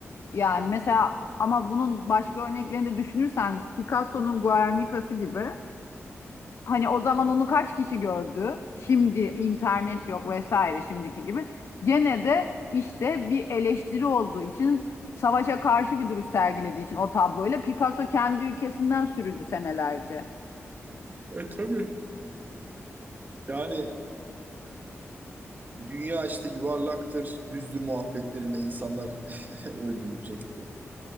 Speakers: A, on the left; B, on the right.
A: Yani mesela ama bunun başka örneklerini de düşünürsen Picasso'nun Guernica'sı gibi Hani o zaman onu kaç kişi gördü? Şimdi internet yok vesaire şimdiki gibi. Gene de işte bir eleştiri olduğu için savaşa karşı bir duruş sergilediği için o tabloyla Picasso kendi ülkesinden sürüldü senelerce.
B: e tabii. Yani dünya işte yuvarlaktır, düzdür muhabbetlerinde insanlar <laughs> öldürülecekti.